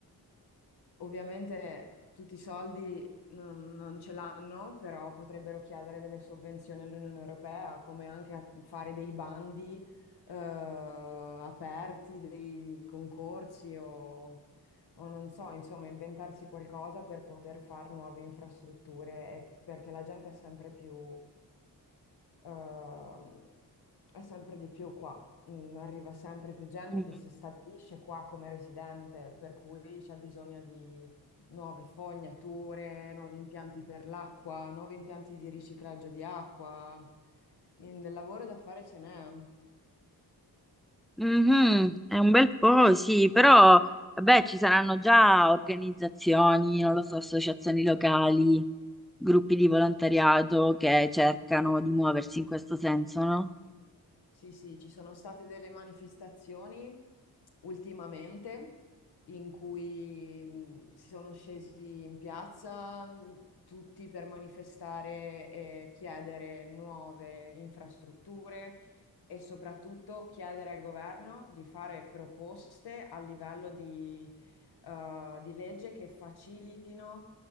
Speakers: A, on the left (about 75°); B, in the centre.
A: Ovviamente tutti i soldi non, non ce l'hanno, però potrebbero chiedere delle sovvenzioni all'Unione Europea, come anche a fare dei bandi eh, aperti, dei concorsi o, o non so, insomma, inventarsi qualcosa per poter fare nuove infrastrutture, e- perché la gente è sempre più, ehm, è sempre di più qua mm, arriva sempre più gente
B: Mhm.
A: che si stabilisce qua come residente, per cui c'è bisogno di nuove fognature, nuovi impianti per l'acqua, nuovi impianti di riciclaggio di acqua. In- del lavoro da fare ce n'è.
B: Mhm, È un bel po', sì, però vabbè, ci saranno già organizzazioni, non lo so, associazioni locali, gruppi di volontariato che cercano di muoversi in questo senso, no?
A: Sì, sì, ci sono state delle manifestazioni ultimamente in cui mh, si sono scesi in piazza mh, tutti per manifestare e chiedere nuove infrastrutture e soprattutto chiedere al governo di fare proposte a livello di, eh, di legge che facilitino